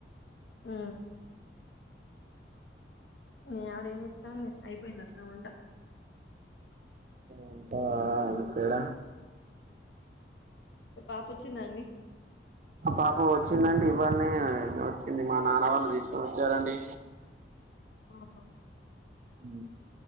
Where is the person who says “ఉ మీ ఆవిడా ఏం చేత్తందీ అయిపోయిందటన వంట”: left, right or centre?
Left